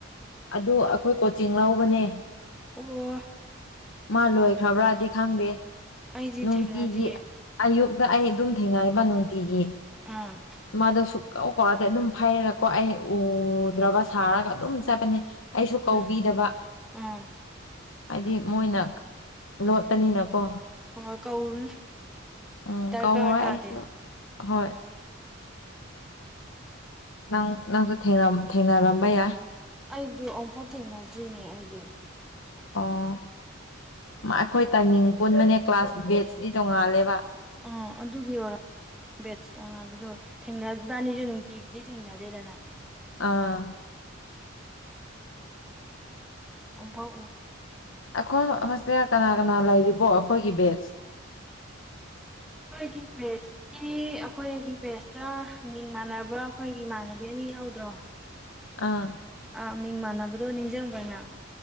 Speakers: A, on the left; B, in the centre.
A: ꯑꯗꯨ ꯑꯩꯈꯣꯏ ꯀꯣꯆꯤꯡ ꯂꯧꯕꯅꯦ꯫
B: ꯍꯥꯂꯣ
A: ꯃꯥ ꯂꯣꯏꯈ꯭ꯔꯕ꯭ꯔꯥꯗꯤ ꯈꯪꯗꯦ
B: ꯑꯩꯗꯤ
A: ꯅꯨꯡꯇꯤꯒꯤ꯫
B: ꯊꯦꯡꯅꯗꯤꯌꯦ
A: ꯑꯌꯨꯛꯇ ꯑꯩ ꯑꯗꯨꯝ ꯊꯦꯡꯅꯕ ꯅꯨꯡꯇꯤꯒꯤ꯫
B: ꯎꯝ
A: ꯃꯥꯗꯣ ꯁꯨꯛꯀꯥꯎ ꯀꯧꯔꯗꯤ ꯑꯗꯨꯝ ꯐꯩꯔꯒꯀꯣ ꯑꯩ ꯎꯗ꯭ꯔꯕ ꯁꯥꯔꯒ ꯑꯗꯨꯝ ꯆꯠꯄꯅꯦ ꯑꯩꯁꯨ ꯀꯧꯕꯤꯗꯕ
B: ꯑꯥ ꯑꯥ
A: ꯍꯥꯏꯗꯤ ꯃꯣꯏꯅ ꯂꯣꯠ ꯄꯥꯅꯤꯅꯥꯀꯣ
B: <unintelligible>
A: ꯎꯝ
B: ꯗꯔꯀꯥꯔ
A: ꯀꯧꯔꯣꯏ
B: ꯇꯥꯗꯦ
A: ꯑꯩꯁꯨ ꯍꯣꯏ ꯅꯪ ꯅꯪꯁꯨ ꯊꯦꯡꯔꯝ ꯊꯦꯡꯅꯔꯝꯕ ꯌꯥꯏ꯫
B: ꯑꯩꯗꯨ ꯑꯃꯨꯐꯥꯎ ꯊꯦꯡꯅꯗ꯭ꯔꯤꯅꯦ ꯑꯩꯗꯤ
A: ꯑꯣ ꯑꯩꯈꯣꯏ ꯇꯥꯏꯃꯤꯡ ꯄꯨꯟꯕꯅꯦ ꯀ꯭ꯂꯥꯁ ꯕꯦꯠꯆꯗꯤ ꯇꯣꯡꯉꯥꯜꯂꯦꯕ
B: ꯎꯝ ꯑꯗꯨꯒꯤ ꯑꯣꯏꯔ ꯕꯦꯠꯁ ꯇꯣꯉꯥꯟꯕꯗꯣ ꯊꯦꯡꯅ ꯕꯥꯅꯤꯁꯨ ꯅꯨꯡꯇꯤꯒꯤꯗꯤ ꯊꯦꯡꯅꯗꯦꯗꯅ
A: ꯑꯥ
B: ꯑꯝꯐꯥꯎ ꯎꯗꯦ
A: ꯑꯩꯈꯣꯏ ꯍꯣꯁꯇꯦꯜ ꯀꯅꯥ ꯀꯅꯥ ꯂꯩꯔꯤꯕꯣ ꯑꯩꯈꯣꯏꯒꯤ ꯕꯦꯠꯁ
B: ꯒꯤ ꯕꯦꯠꯁ ꯁꯤ ꯑꯩꯈꯣꯏꯒꯤ ꯕꯦꯠꯁꯇ ꯃꯤꯡ ꯃꯥꯟꯅꯕ ꯑꯈꯣꯏꯒꯤ ꯏꯃꯥꯟꯅꯕꯤ ꯑꯅꯤ ꯌꯥꯎꯗ꯭ꯔꯣ
A: ꯑꯥ
B: ꯑꯥ ꯃꯤꯡ ꯃꯥꯟꯅꯕꯗꯣ ꯅꯤꯡꯁꯤꯡꯕꯅ